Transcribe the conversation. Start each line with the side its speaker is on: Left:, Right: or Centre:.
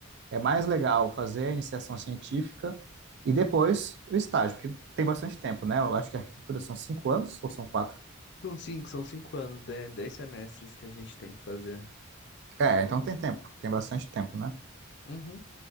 Right: é mais legal fazer a iniciação científica e depois o estágio, porque tem bastante tempo, né? Eu acho que a arquitetura são cinco anos ou são quatro?
Left: São cinco, são cinco anos, de- dez semestres que a gente tem que fazer.
Right: É, então tem tempo, tem bastante tempo, né?
Left: Uhum.